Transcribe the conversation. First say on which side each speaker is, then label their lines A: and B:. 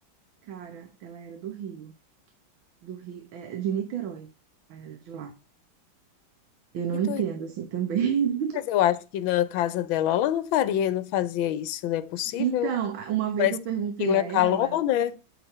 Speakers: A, on the right (about 80°); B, on the left (about 80°).
A: cara, ela era do Rio. Do Rio, é, de Niterói. Ela era de lá. Eu não
B: Que
A: entendo,
B: doido.
A: assim, também. <laughs>
B: Mas eu acho que na casa dela ela não faria, não fazia isso, não é possível.
A: Então, uma vez
B: Mas
A: eu perguntei
B: Rio
A: a
B: é
A: ela.
B: calor, né?